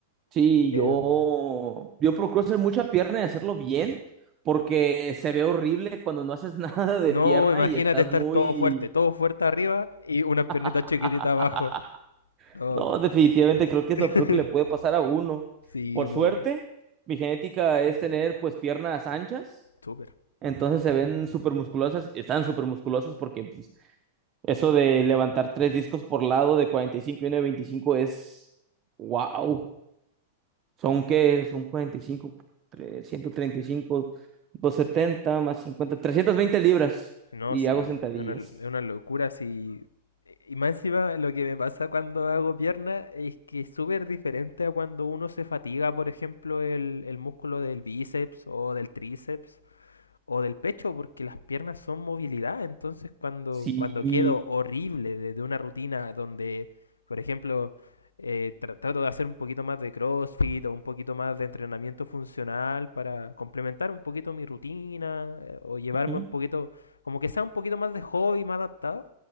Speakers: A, on the right; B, on the left.
A: Sí, yo,
B: em,
A: yo procuro hacer mucha pierna y hacerlo bien, porque se ve horrible cuando no haces <laughs> nada de
B: no,
A: pierna
B: imagínate
A: y estás
B: estar
A: muy...
B: todo fuerte, todo fuerte arriba y unas piernitas
A: <laughs>
B: chiquititas abajo. No.
A: No, definitivamente creo que es
B: <laughs>
A: lo peor que le puede pasar a uno.
B: Sí,
A: Por suerte,
B: no.
A: mi genética es tener pues piernas anchas,
B: Súper.
A: entonces se ven súper musculosas, están súper musculosas porque pues, eso de levantar tres discos por lado de cuarenta y cinco y uno de veinticinco es wow. ¿Son qué? Son 45, tre- 135, setenta más 50, veinte libras
B: No,
A: y
B: sí.
A: hago sentadillas.
B: Es una, es una locura, sí. Y más encima, lo que me pasa cuando hago pierna es que es súper diferente a cuando uno se fatiga, por ejemplo, el, el músculo del bíceps o del tríceps. o del pecho, porque las piernas son movilidad. Entonces, cuando,
A: Sí.
B: cuando quedo horrible de, de una rutina donde, por ejemplo, eh, tra- trato de hacer un poquito más de CrossFit o un poquito más de entrenamiento funcional para complementar un poquito mi rutina eh, o llevarme
A: ujú.
B: un poquito, como que sea un poquito más de hobby, más adaptado,